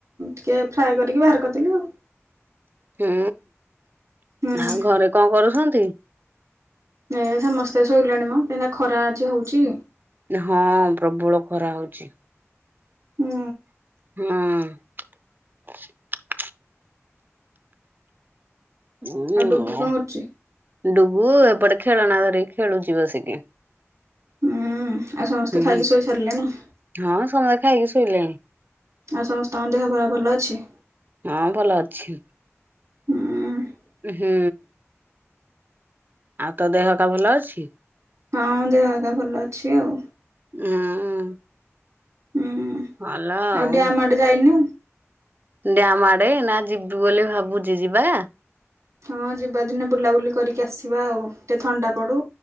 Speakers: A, on the right; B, on the right.
A: ଟିକେ ଫ୍ରାଏ କରିକି ବାହାର କରିଦେଲି।
B: ହୁଁ
A: ହୁଁ
B: ଆଉ ଘରେ କଣ କରୁଛନ୍ତି?
A: ଏ ସମସ୍ତେ ଶୋଇଲେଣି ମ, କେତା ଖରା ଆଜି ହଉଛି
B: ହଁ, ପ୍ରବଳ ଖରା ହଉଛି।
A: ହୁଁ
B: ହଁ ହ
A: ଆଉ ଡୁଗୁ କଣ କରୁଛି
B: ଡୁଗୁ ଏପଟେ ଖେଳନା ଧରିକି ଖେଳୁଛି ବସିକି
A: ହୁଁ ଆଉ ସମସ୍ତେ
B: ହୁଁ
A: ଖାଇକି ଶୋଇ ସାରିଲେଣି।
B: ହଁ ସମସ୍ତେ ଖାଇକି ଶୋଇଲେଣି
A: ଆଉ ସମସ୍ତଙ୍କ ଦେହ ପା ଭଲ ଅଛି?
B: ହଁ ଭଲ ଅଛି।
A: ହଁ
B: ହୁଁ, ଆଉ ତୋ ଦେହହେଇକା ଭଲ ଅଛି?
A: ହଁ ଦେହାଗା ଭଲ ଅଛି ଆଉ
B: ହଁ
A: ହୁଁ
B: ହଲ ଆଉ
A: ଡ୍ୟାମ ଆଡେ ଯାଇନୁ
B: ଡ ମାଡେ ନା ଯ <unintelligible> ଯିବି ବୋଲି ଭାବୁଛି, ଯିବା
A: ହଁ ଯିବା ଦିନେ ବୁଲାବୁଲି କରିକି ଆସିବା ଆଉ ଟିକେ ଥଣ୍ଡା ପଡୁ